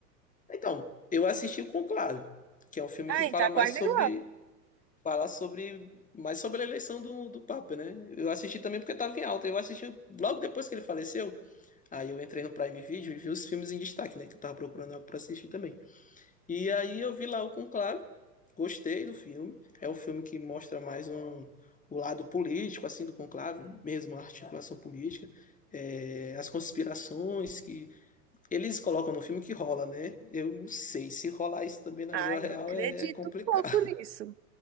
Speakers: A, on the left (about 15°); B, on the right (about 85°).
A: Então, eu assisti o Conclave, que é um filme
B: Ah,
A: que fala
B: tá
A: mais
B: quase
A: sobre
B: igual.
A: falar sobre mais sobre a eleição do, do Papa, né? Eu assisti também porque estava em alta. Eu assisti logo depois que ele faleceu. Aí eu entrei no Prime Video e vi os filmes em destaque, né? Que eu tava procurando algo para assistir também. E aí eu vi lá o Conclave, gostei do filme. É um filme que mostra mais um, o lado político, assim, do Conclave, mesmo a articulação política. É, as conspirações que eles colocam no filme que rola, né? Eu não sei se rolar isso também na
B: Ah,
A: vida real
B: eu acredito
A: é complicado.
B: um pouco nisso.